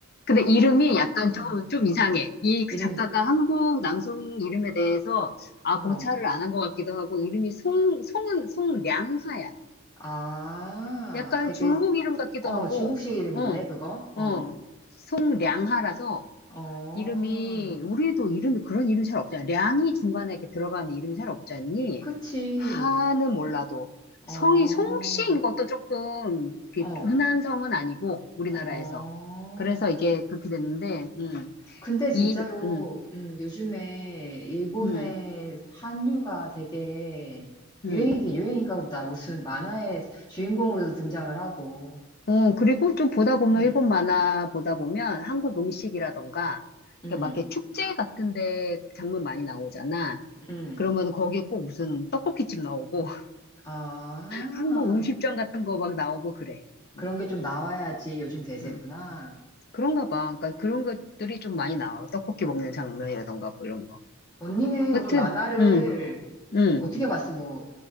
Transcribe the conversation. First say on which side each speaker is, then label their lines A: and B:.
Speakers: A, on the left (about 50°); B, on the left (about 20°).
A: 근데 이름이 약간 좀,
B: 응.
A: 좀 이상해. 이
B: 이름이,
A: 작가가 한국 남성 이름에 대해서, 아,
B: 어,
A: 고찰을 안 한 것 같기도 하고, 이름이 송, 송은, 송량하야.
B: 아,
A: 약간
B: 되게,
A: 중국 이름 같기도
B: 어,
A: 하고,
B: 중국식 이름인데,
A: 어,
B: 그거? 어,
A: 어, 송량하라서,
B: 어,
A: 이름이, 우리도 이름이 그런 이름 잘 없잖아. 량이 중간에 이렇게 들어가는 이름이 잘 없지 않니?
B: 그치.
A: 하는 몰라도.
B: 어,
A: 성이 송씨인 것도 조금 이렇게
B: 어,
A: 흔한 성은 아니고, 우리나라에서.
B: 어.
A: 그래서 이게 그렇게 됐는데, 음,
B: 근데 진짜로
A: 이, 음,
B: 음, 요즘에 일본의
A: 음,
B: 한류가 되게
A: 음.
B: 유행이긴 유행인가 보다. 무슨 만화의 주인공으로도 등장을 하고.
A: 어, 그리고 좀 보다 보면,
B: 음,
A: 일본 만화 보다 보면 한국 음식이라던가,
B: 음,
A: 이렇게 막 이렇게 축제 같은 데 장면 많이 나오잖아.
B: 음.
A: 그러면 거기에 꼭 무슨 떡볶이집 나오고,
B: 아,
A: 한국 음식점 같은 거 막 나오고 그래.
B: 그런
A: 어,
B: 게 좀 나와야지 요즘 대세구나.
A: 음. 그런가 봐. 그러니까 그런 것들이 좀 많이 나와. 떡볶이 먹는 장면이라던가 뭐 이런 거.
B: 언니는
A: 여튼,
B: 이 만화를
A: 음, 음.
B: 어떻게 봤어? 뭐